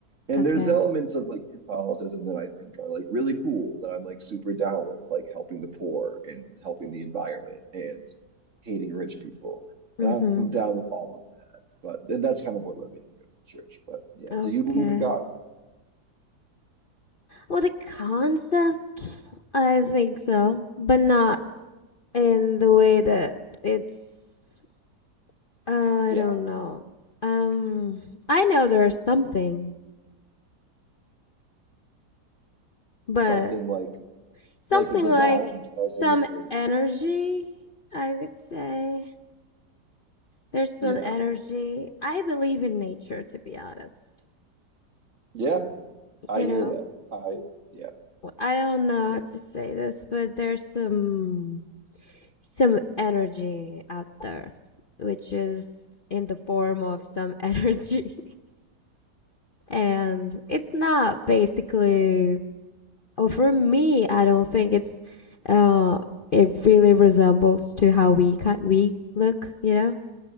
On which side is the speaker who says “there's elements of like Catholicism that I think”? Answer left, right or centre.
Right